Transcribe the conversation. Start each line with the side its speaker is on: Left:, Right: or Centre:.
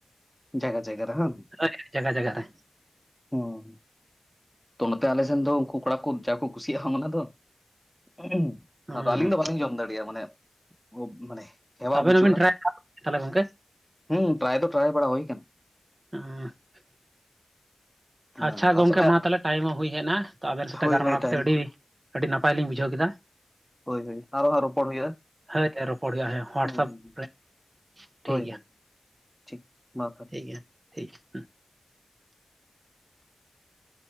Centre: ᱡᱟᱭᱜᱟ ᱡᱟᱭᱜᱟ ᱨᱮ ᱦᱟᱝ᱾
Right: <inaudible> ᱡᱟᱜᱟ ᱡᱟᱜᱟ ᱨᱮ᱾
Centre: ᱦᱩᱸ ᱛᱚ ᱱᱚᱛᱮ ᱟᱞᱮ ᱥᱮᱱ ᱫᱚ ᱩᱝᱠᱩ ᱠᱚᱲᱟ ᱠᱚ ᱡᱟ ᱠᱚ ᱠᱩᱥᱤᱭᱟᱜᱼᱟ ᱦᱟᱝ ᱚᱱᱟ ᱫᱚ <inaudible>
Right: ᱦᱮᱸ
Centre: ᱟᱨ ᱟᱹᱞᱤᱧ ᱫᱚ ᱵᱟᱞᱤᱧ ᱡᱚᱢ ᱫᱟᱲᱮᱭᱟ ᱢᱟᱱᱮ ᱳᱵ ᱢᱟᱱᱮ ᱦᱮᱣᱟ
Right: ᱟᱵᱮᱱ
Centre: ᱵᱟᱹᱪᱩᱜᱼᱟ
Right: ᱦᱚᱸᱵᱮᱱ ᱴᱨᱟᱭ ᱛᱟᱦᱚᱞᱮ ᱜᱚᱝᱠᱮ
Centre: ᱦᱩᱸ ᱴᱨᱟᱭ ᱫᱚ ᱴᱨᱟᱭ ᱵᱟᱲᱟ ᱦᱳᱭ ᱠᱟᱱᱟ᱾
Right: <inaudible>
Centre: ᱦᱮᱸ
Right: ᱟᱪᱪᱷᱟ ᱜᱚᱝᱠᱮ
Centre: ᱟᱥᱚᱞᱮ
Right: ᱢᱟ ᱛᱟᱞᱮ ᱴᱟᱭᱤᱢ ᱦᱚᱸ ᱦᱩᱭ ᱦᱮᱡ ᱮᱱᱟ ᱛᱚ ᱟᱵᱮᱱ ᱥᱟᱛᱮ
Centre: ᱦᱳᱭ
Right: ᱜᱟᱨᱢᱟᱨᱟᱣ
Centre: ᱦᱳᱭ ᱴᱟᱭᱤᱢ
Right: ᱠᱟᱛᱮ ᱟᱹᱰᱤ ᱟᱹᱰᱤ ᱱᱟᱯᱟᱭ ᱞᱤᱧ ᱵᱩᱡᱷᱟᱹᱣ ᱠᱮᱫᱟ᱾
Centre: ᱦᱳᱭ ᱦᱳᱭ ᱟᱨᱚ ᱦᱟᱸᱜ ᱨᱚᱯᱚᱲ ᱦᱩᱭᱩᱜᱼᱟ
Right: ᱦᱟᱹᱴ ᱮ ᱨᱚᱯᱚᱲ ᱦᱩᱭᱩᱜᱟ ᱦᱮᱸ ᱦᱳᱣᱟᱴᱥᱮᱯ
Centre: ᱦᱩᱸ
Right: ᱨᱮ ᱴᱷᱤᱠ
Centre: ᱦᱳᱭ
Right: ᱜᱮᱭᱟ
Centre: ᱦᱳᱭ ᱴᱷᱤᱠ ᱢᱟ ᱛᱟᱦᱚᱞᱮ
Right: ᱴᱷᱤᱠ ᱜᱮᱭᱟ ᱴᱷᱤᱠ ᱦᱩᱸ᱾